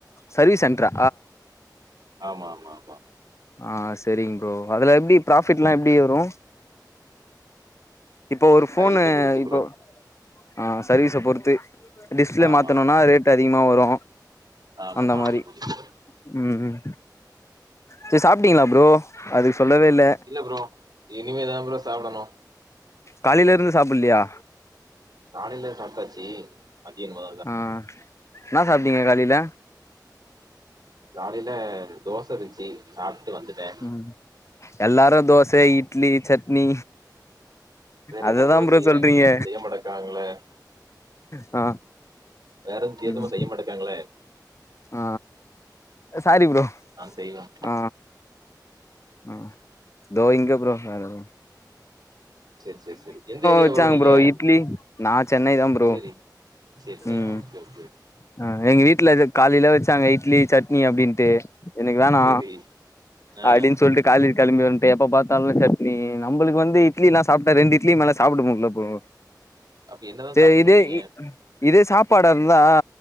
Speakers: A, on the left; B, on the right.
A: சர்வீஸ் சென்ரா
B: ஆமா ஆமா ஆமா
A: ஆ செரிங்க் ப்ரோ அதுல எப்டி ப்ராஃபிட்லா எப்டி வரு இப்போ ஒரு ஃபோனு
B: சர்வீஸ பொறுத்து
A: இப்போ
B: ப்ரோ.
A: ஆ சர்வீஸ பொறுத்து டிஸ்பிளே
B: ஆமா,
A: மாத்தணும்னா
B: ஆமா, ஆமா.
A: ரேட் அதிகமா வரு
B: ஆமா
A: அந்த
B: மாடல்
A: மாரி
B: புதுசு.
A: ம் செரி சாப்ட்டீங்களா ப்ரோ அதுக்கு சொல்லவே இல்ல
B: இல்ல ப்ரோ இனிமே தா பரோ சாப்டணு
A: காலைலேருந்து சாப்ட்லையா
B: காலைல சாப்ட்டாச்சி மத்ய மா
A: ஆ என்ன சாப்டீங்க காலையில
B: காலையில ரெண்டு தோச இருந்துச்சு சாப்ட்டு வந்துட்டே
A: ம் எல்லாரு தோச இட்லி சட்னி
B: வேற
A: அததா
B: என்ன
A: ப்ரோ
B: செய்றாய்ங்க?
A: சொல்றீங்க
B: ஒண்ணும் <unintelligible>
A: ஆ
B: வேற எது வித்தியாசமா
A: ம்
B: செய்யமாட்டுகங்களே
A: ஆ அ சாரி ப்ரோ
B: நான் செய்வேன்.
A: ஆ ஆ தோ இங்க ப்ரோ ஆ ஆ
B: செர் செர் செரி எந்த ஏரியா
A: வச்சாங்க
B: ப்ரோ நீங்க
A: இட்லி நா சென்னை தா ப்ரோ
B: செரி சென்னையா
A: ம்
B: ஆ ஓகே ஓகே
A: ஆ எங்க வீட்டுல எதோ காலையில வச்சாங்க இட்லி சட்னி அப்டின்ட்டு இன்னைக்கு வேணா
B: செரி ஆ
A: அப்டின்னு சொல்ட்டு கால்ல களம்பி வந்துட்டு எப்ப பாத்தாலு சட்னி நம்ளுக்கு வந்து இட்லிலா சாப்ட்டா ரெண்டு இட்லி மேல்ல சாப்ட முடில்ல ப்ரோ
B: அப்ப என்னதா
A: செரி
B: சாப்டணுங்கீங்க
A: இதே இதே சாப்பாட இருந்தா